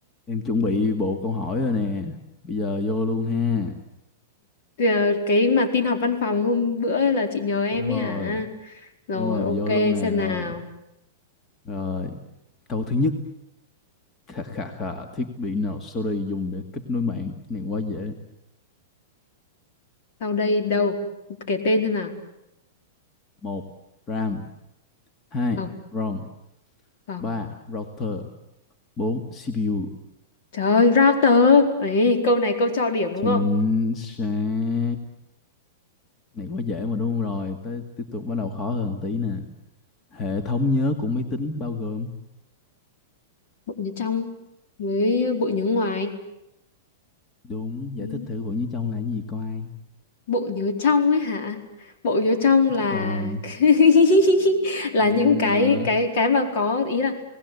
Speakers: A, on the left; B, on the left.
A: Em chuẩn bị bộ câu hỏi rồi nè. Bây giờ vô luôn ha.
B: Ờ, Cái mà tin học văn phòng hôm bữa là chị nhờ em
A: Đúng
B: ấy
A: rồi.
B: hả? Rồi
A: Đúng rồi,
B: ok
A: vô luôn nè
B: xem
A: rồi.
B: nào.
A: Rồi, câu thứ nhất. Khà khà khà, thiết bị nào sau đây dùng để kết nối mạng? Này quá dễ.
B: Sau đây đâu? Kể tên xem nào.
A: một RAM hai
B: Không,
A: ROM
B: không.
A: ba Router 4. CPU
B: Trời ơi, router. Ấy, câu này câu cho điểm đúng
A: Chính
B: không?
A: xác. Này quá dễ mà đúng không? Rồi, tới tiếp tục bắt đầu khó hơn tí nè. Hệ thống nhớ của máy tính bao gồm
B: Bộ nhớ trong với bộ nhớ ngoài.
A: Đúng, giải
B: Ừ,
A: thích thử bộ như trong là cái gì coi.
B: Bộ nhớ trong ấy hả? Bộ nhớ trong là
A: Rồi.
B: <laughs> là
A: Ừ,
B: những cái
A: ờ.
B: cái cái mà có ý là